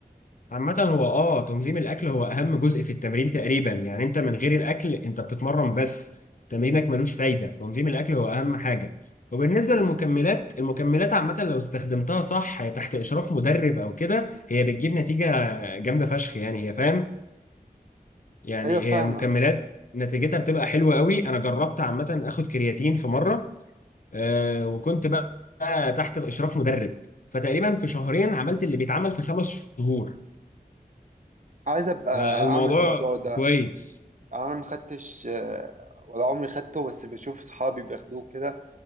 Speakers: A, on the left (about 55°); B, on the right (about 50°).
A: عامة هو اه تنظيم الاكل هو اهم جزء في التمرين تقريبا يعني انت من غير الاكل انت بتتمرن بس تمرينك ملوش فايدة تنظيم الاكل هو اهم حاجة وبالنسبة للمكملات المكملات عامة لو استخدمتها صح تحت اشراف مدرب او كده هي بتجيب نتيجة جامدة فشخ يعني هي فاهم يعني
B: ايوه فاهمك
A: هي مكملات نتيجتها بتبقى حلوة قوي انا جربت عامة اخد كرياتين في مرة آه وكنت بقى تحت اشراف مدرب فتقريبا في شهرين عملت اللي بيتعمل في خمس شهور
B: عايز ابقى
A: فالموضوع
B: اعمل الموضوع ده
A: كويس
B: يعني انا ما خدتش آه، ولا عمري خدته بس بشوف صحابي بياخدوه كده